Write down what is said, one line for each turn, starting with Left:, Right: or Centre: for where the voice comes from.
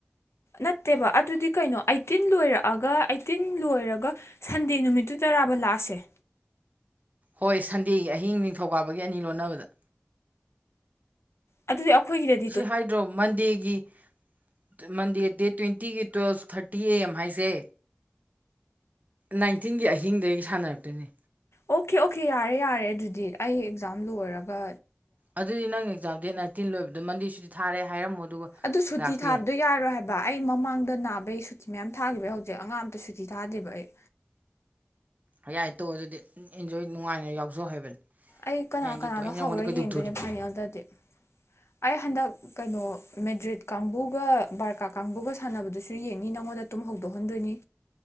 Left: ꯅꯠꯇꯦꯕ ꯑꯗꯨꯗꯤ ꯀꯩꯅꯣ ꯑꯥꯏꯇꯤꯟ ꯂꯣꯏꯔꯑꯒ ꯑꯥꯏꯇꯤꯟ ꯂꯣꯏꯔꯒ ꯁꯟꯗꯦ ꯅꯨꯃꯤꯠꯇꯨꯗꯔꯥꯕ ꯂꯥꯁꯁꯦ
Right: ꯍꯣꯏ ꯁꯟꯗꯦꯒꯤ ꯑꯍꯤꯡ ꯅꯤꯡꯊꯧꯀꯥꯕꯒꯤ ꯑꯅꯤ ꯂꯣꯟꯅꯕꯗ
Left: ꯑꯗꯨꯗꯤ ꯑꯈꯣꯏꯒꯤꯗꯗꯤ
Right: ꯁꯤ ꯍꯥꯏꯗ꯭ꯔꯣ ꯃꯟꯗꯦꯒꯤ ꯇꯨ ꯃꯟꯗꯦ ꯗꯦꯠ ꯇꯣꯏꯟꯇꯤꯒꯤ ꯇꯨꯋꯦꯜꯞ ꯊꯥꯔꯇꯤ ꯑꯦ ꯑꯦꯝ ꯍꯥꯏꯖꯦ ꯅꯥꯏꯟꯇꯤꯟꯒꯤ ꯑꯍꯤꯡꯗꯩ ꯁꯥꯟꯅꯔꯛꯇꯣꯏꯅꯦ
Left: ꯑꯣꯈꯦ ꯑꯣꯈꯦ ꯌꯥꯔꯦ ꯌꯥꯔꯦ ꯑꯗꯨꯗꯤ ꯑꯩ ꯑꯦꯛꯖꯥꯝ ꯂꯣꯏꯔꯒ
Right: ꯑꯗꯨꯗꯤ ꯅꯪ ꯑꯦꯛꯖꯥꯝ ꯗꯦꯠ ꯅꯥꯏꯟꯇꯤꯟ ꯂꯣꯏꯕꯗ ꯃꯟꯗꯦ ꯁꯨꯇꯤ ꯊꯥꯔꯦ ꯍꯥꯏꯔꯝꯃꯣ ꯑꯗꯨꯒ
Left: ꯑꯗꯨ ꯁꯨꯇꯤ
Right: ꯂꯥꯛꯄ
Left: ꯊꯥꯕꯗꯣ
Right: ꯌꯥꯏ
Left: ꯌꯥꯔꯣꯏ ꯍꯥꯏꯕ ꯑꯩ ꯃꯃꯥꯡꯗ ꯅꯥꯕꯩ ꯁꯨꯇꯤ ꯃꯌꯥꯝ ꯊꯥꯒꯤꯕꯩ ꯍꯧꯖꯤꯛ ꯑꯉꯥꯡ ꯑꯝ ꯇ ꯁꯨꯇꯤ ꯊꯥꯗꯦꯕ ꯑꯩ
Right: ꯌꯌꯥꯏ ꯇꯣꯑꯣꯕ ꯑꯗꯨꯗꯤ ꯏꯟꯖꯣꯏ ꯅꯨꯡꯉꯥꯏꯅ ꯌꯥꯎꯖꯧ ꯍꯥꯏꯕꯅꯤ
Left: ꯑꯩ ꯀꯅꯥ
Right: ꯌꯥꯅꯤꯡꯗꯦ
Left: ꯀꯅꯥꯅꯣ
Right: ꯇꯣꯛꯑꯣ ꯑꯩ ꯅꯪꯉꯣꯟꯗ
Left: ꯍꯧꯔ
Right: ꯀꯩꯗꯧꯗꯣꯔꯤꯒꯦ
Left: ꯌꯦꯡꯗꯣꯏꯅꯦ ꯐꯥꯏꯅꯦꯜꯗꯗꯤ ꯑꯩ ꯍꯟꯗꯛ ꯀꯩꯅꯣ ꯃꯦꯗ꯭ꯔꯤꯠ ꯀꯥꯡꯕꯨꯒ ꯕꯥꯔꯀꯥ ꯀꯥꯡꯕꯨꯒ ꯁꯥꯟꯅꯕꯗꯨꯁꯨ ꯌꯦꯡꯅꯤ ꯅꯉꯣꯟꯗ ꯇꯨꯝ ꯍꯧꯗꯣꯛꯍꯟꯗꯣꯏꯅꯤ